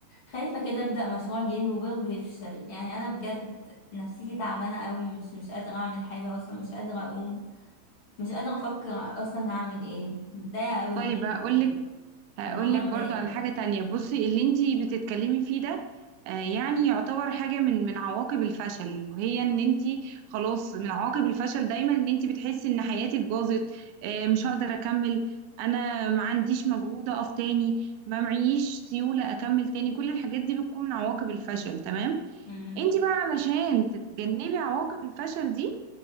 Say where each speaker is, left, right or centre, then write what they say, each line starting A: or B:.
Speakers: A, on the left; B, on the right.
A: خايفة كده أبدأ مشروع جديد وبرضه يفشل يعني أنا بجد نفسيتي تعبانة قوي مش مش قادرة أعمل حاجة أصلا مش قادرة أقوم مش قادرة أفكر أصلا هعمل إيه متضايقة قوي
B: طيب
A: بجد
B: هقول لك هقول
A: والموضوع
B: لك
A: مضايقني
B: برضو على حاجة تانية بصي اللي انتي بتتكلمي فيه ده آه، يعني يعتبر حاجة من من عواقب الفشل وهي ان انتي خلاص من عواقب الفشل دايما ان انتي بتحسي ان حياتك باظت آه، مش هقدر اكمل انا ما عنديش مجهود اقف تاني ما معيش سيولة اكمل تاني كل الحاجات دي بتكون من عواقب الفشل تمام
A: مم.
B: انتي بقى علشان تتجنبي عواقب الفشل دي